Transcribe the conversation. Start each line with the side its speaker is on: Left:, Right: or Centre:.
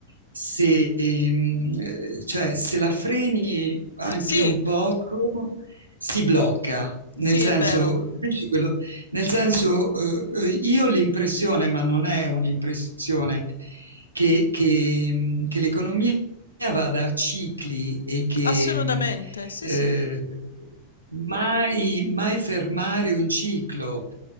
Right: se, mm, eh, cioè, se la freni anche
Left: Sì,
Right: un poco, si blocca. Nel
Left: sì,
Right: senso,
Left: è vero,
Right: capisci quello? Nel senso, eh, eh, io ho l'impressione, ma non è un'impressione, che, che, mm, che l'economia vada a cicli e che,
Left: assolutamente,
Right: mh,
Left: sì,
Right: eh,
Left: sì.
Right: mai, mai fermare un ciclo.